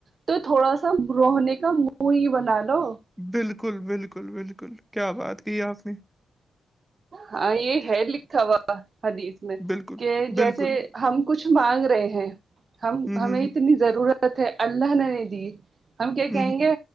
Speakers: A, on the right; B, in the centre.
A: تو تھوڑا سا رونے کا منہ ہی بنا لو
B: بالکل بالکل بالکل کیا بات کی آپ نے
A: ہاں یہ ہے لکھا ہوا حدیث میں
B: بالکل
A: کہ جیسے
B: بالکل
A: ہم کچھ مانگ رہے ہیں ہم
B: ہوں
A: ہمیں
B: ہوں ہوں
A: اتنی ضرورت ہے اللہ نے نہیں دی ہم کیا کہیں
B: ہوں
A: گے